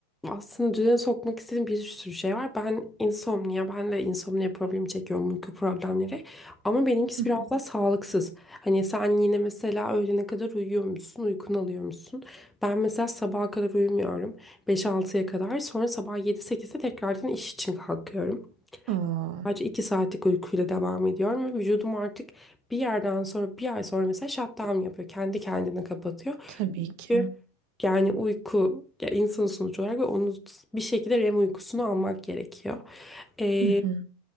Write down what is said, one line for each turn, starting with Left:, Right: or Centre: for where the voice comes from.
Centre: aslında düzene sokmak istediğim bir sürü şey var. Ben insomnia, ben de insomnia problemi çekiyorum, uyku problemleri. Ama benimkisi
Right: Hı
Centre: biraz
Right: hı.
Centre: daha sağlıksız. Hani sen yine mesela öğlene kadar uyuyor musun, uykunu alıyor musun? Ben mesela sabaha kadar uyumuyorum. beş altıya kadar. Sonra sabah yedi 8de tekrardan iş için kalkıyorum.
Right: Oo,
Centre: Sadece 2 saatlik uykuyla devam ediyorum ve vücudum artık bir yerden sonra bir ay sonra mesela shutdown yapıyor. Kendi kendine kapatıyor.
Right: tabii ki.
Centre: Çünkü yani uyku ya insan sonuç olarak ve onu bir şekilde REM uykusunu almak gerekiyor. Ee,
Right: Hı hı.